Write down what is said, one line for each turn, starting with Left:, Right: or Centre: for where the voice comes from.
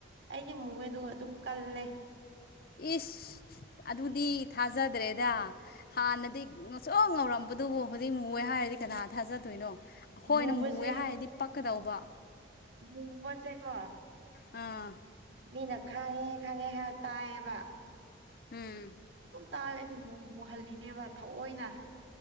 Right: ꯑꯩꯗꯤ ꯃꯨꯏꯌꯦꯗꯣ ꯗꯨꯝ ꯀꯜꯂꯦ꯫
Left: ꯏꯁ ꯑꯗꯨꯗꯤ ꯊꯥꯖꯗ꯭ꯔꯦꯗ ꯍꯥꯟꯅꯗꯤ ꯉꯧꯁꯣꯛ ꯉꯧꯔꯝꯕꯗꯨꯕꯨ ꯍꯧꯖꯤꯛ ꯃꯨꯌꯦ ꯍꯥꯏꯔꯗꯤ ꯀꯅꯥ ꯊꯥꯖꯗꯣꯏꯅꯣ ꯑꯈꯣꯏꯅ
Right: ꯃꯨꯕꯁꯦ
Left: ꯃꯨꯑꯦ ꯍꯥꯏꯔꯗꯤ ꯄꯛꯀꯗꯧꯕ
Right: ꯃꯨꯕꯁꯦ ꯀꯣ
Left: ꯑꯥ
Right: ꯃꯤꯅ ꯈꯥꯡꯉꯦ ꯈꯥꯡꯉꯦ ꯍꯥꯏꯕ ꯇꯥꯏꯌꯦꯕ
Left: ꯎꯝ
Right: ꯇꯥꯔꯦ ꯑꯩꯁꯦ ꯃꯨꯍꯜꯂꯤꯅꯦꯕ ꯊꯑꯣꯏꯅ